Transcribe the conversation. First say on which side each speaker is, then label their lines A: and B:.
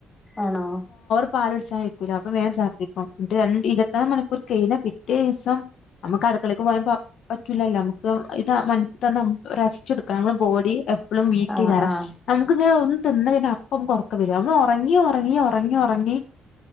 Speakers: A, on the left; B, on the left.
A: ആണോ
B: <unintelligible> ച്ചാൻ അയ്ക്കൂല അപ്പ വേം ഛർദ്ദിക്കും രണ്ട് ഇരുപത്നാല് മണിക്കൂർ കഴിഞ്ഞ പിറ്റേ ദിവസം നമക്ക് അടുക്കളേക്ക് പോകാൻ പറ്റൂല്ലല്ലോ നമുക്ക് ഇത് മൺത്താ നമ് ച്ച് ട്ക്കണം നമ്മുടെ ബോഡി എപ്പളും വീക്ക്
A: ആഹ്
B: എക്കാരം
A: ആഹ്
B: നമുക്ക് ഇങ്ങനെ <unintelligible> ത്ന്ന് കയിഞ്ഞാ അപ്പം നമ്മക്ക് ഒർക്കം വരും നമ്മള് ഒറങ്ങി ഒറങ്ങി ഒറങ്ങി ഒറങ്ങി